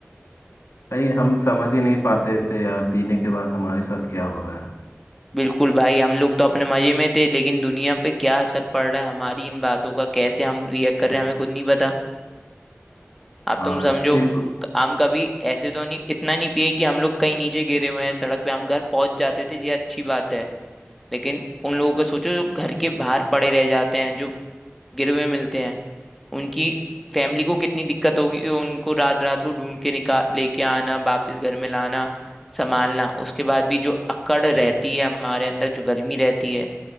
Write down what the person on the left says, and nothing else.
भाई हम समझ ही नहीं पाते थे यार पीने के बाद हमारे साथ क्या हो रहा है
हाँ
यार बिल्कुल